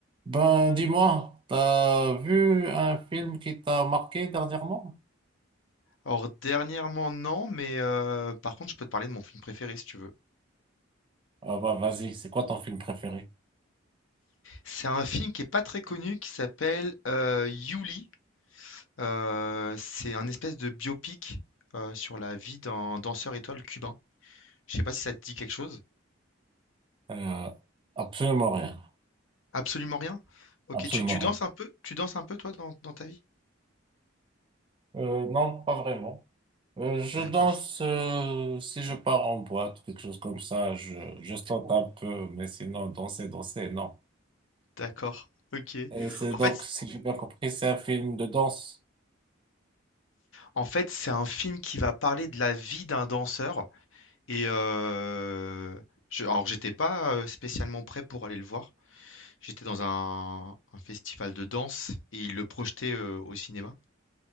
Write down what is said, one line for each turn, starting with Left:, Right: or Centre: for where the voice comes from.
Right: Ben, dis-moi, t'as vu un film qui t'a marqué dernièrement?
Left: Alors dernièrement, non, mais heu, par contre, je peux te parler de mon film préféré si tu veux.
Right: Ah bah vas-y, c'est quoi ton film préféré?
Left: C'est un film qui est pas très connu qui s'appelle, heu, Youli. Heu, c'est un espèce de biopic, heu, sur la vie d'un danseur étoile cubain. Je sais pas si ça te dit quelque chose?
Right: Euh, absolument rien,
Left: Absolument rien? OK,
Right: absolument
Left: tu tu
Right: rien.
Left: danses un peu? Tu danses un peu toi dans dans ta vie?
Right: Euh, non, pas vraiment. Euh, je
Left: D'accord,
Right: danse euh, si je pars en boîte, quelque chose comme ça. Je, je saute un peu, mais sinon danser, danser, non.
Left: d'accord, OK.
Right: Et c'est
Left: En
Right: donc,
Left: fait
Right: si j'ai bien compris, c'est un film de danse.
Left: en fait, c'est un film qui va parler de la vie d'un danseur, Et euh, je, alors j'étais pas euh, spécialement prêt pour aller le voir. J'étais dans un, un festival de danse et ils le projetaient euh, au cinéma.